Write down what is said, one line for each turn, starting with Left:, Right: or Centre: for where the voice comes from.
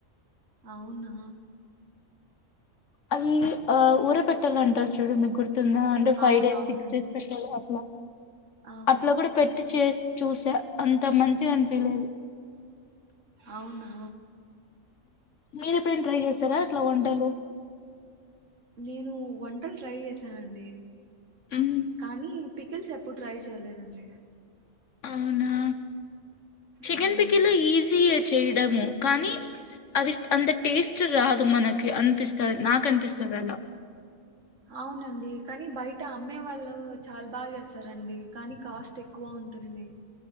Right: అవునా
Left: అవి ఆ ఊర పెట్టాలంటారు చూడు మీకు గుర్తు తుందా అంటే ఫైవ్
Right: అవును
Left: డేస్
Right: అవునండి
Left: పిక్స్ చేసి పెట్టాల ఇలా
Right: ఆ
Left: అట్లా కూడా పెట్టి చే చూసా అంత మంచిగా అనిపియలేదు
Right: అవునా
Left: మీరేప్పుడేన ట్రై చేసారా ఇట్లా వంటలు
Right: నేను వంటలు ట్రై చేశానండి
Left: మ్మ్.
Right: కానీ పికెల్స్ ఎప్పుడు ట్రై చేయలేదండి
Left: అవునా చికెన్
Right: అవునండి
Left: పికెల్ ఈసియే చేయడము కానీ అది అంత టేస్ట్ రాదు మనకి అనిపిస్తది నాకు అనిపిస్తది అలా
Right: అవునండి కానీ బయట అమ్మే వాళ్ళు చాలా బాగా చేస్తారండి కానీ కాస్ట్ ట్ ఎక్కువ ఉంటుంది